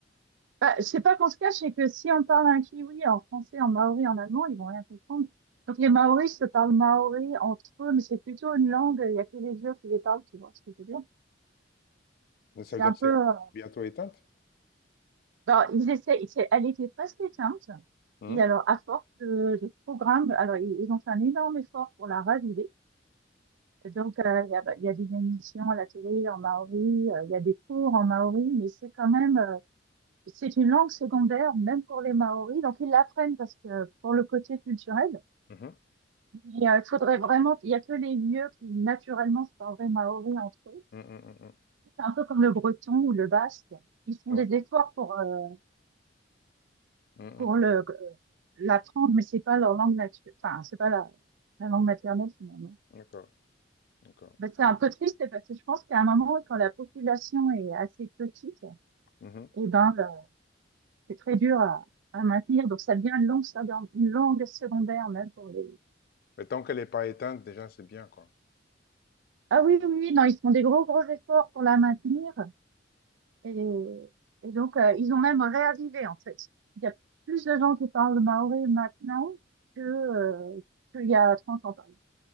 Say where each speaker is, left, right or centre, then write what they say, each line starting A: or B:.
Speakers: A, on the right; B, on the left.
A: Bah, je sais pas qu'on se cache, c'est que si on parle à un kiwi en français, en maori, en allemand, ils vont rien comprendre. Donc, les maoris se parlent maori entre eux, mais c'est plutôt une langue, il y a que les vieux qui les parlent, tu vois ce que je veux dire.
B: ça
A: C'est
B: veut dire
A: un
B: que
A: peu,
B: c'est
A: euh,
B: bientôt éteinte?
A: alors, ils essaient, c'est- elle était presque éteinte.
B: Mmh.
A: Et alors, à force de, de programmes, alors, ils, ils ont fait un énorme effort pour la raviver. Et donc, euh, il y a, bah, il y a des émissions à la télé en maori, euh, il y a des cours en maori, mais c'est quand même, euh, c'est une langue secondaire, même pour les maoris. Donc, ils l'apprennent parce que pour le côté culturel,
B: Mmh mh.
A: mais, euh, il faudrait vraiment, il y a que les lieux qui naturellement se parleraient maori entre eux.
B: Mmh mh, mmh
A: C'est un peu comme le breton ou le basque. Ils font
B: Ouais.
A: des efforts pour, euh,
B: Mmh
A: pour
B: mh.
A: le, euh, l'apprendre, mais c'est pas leur langue naturelle, enfin, c'est pas la, la langue maternelle finalement.
B: D'accord, d'accord.
A: Ben, c'est un peu triste parce que je pense qu'à un moment, quand la population est assez petite,
B: Mmh
A: eh ben, le- c'est très dur à, à maintenir. Donc, ça devient une longue, seconde- une langue secondaire, même pour les.
B: Mais tant qu'elle est pas éteinte, déjà, c'est bien, quoi.
A: Ah oui, oui, oui, non, ils font des gros, gros efforts pour la maintenir. Et, et donc, euh, ils ont même réavivé, en fait. Il y a plus de gens qui parlent maoré maintenant que, euh, qu'il y a 30 ans, par exemple.